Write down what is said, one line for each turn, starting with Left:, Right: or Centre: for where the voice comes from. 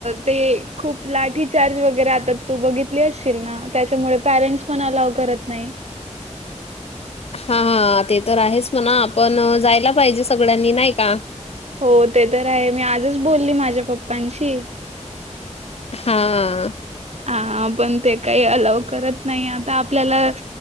Right: ते खूप लाठी चार्ज वगैरे आता तू बघितली असशील ना त्याच्यामुळे पॅरेंट्स पण अलाव करत नाही
Left: हा हा ते तर आहेच म्हणा आपण जायला पाहिजे सगळ्यांनी नाही का
Right: हो ते तर आहे मी आजच बोलली माझ्या पप्पांशी
Left: हा
Right: हा पण ते काही अलाव करत नाही आता आपल्याला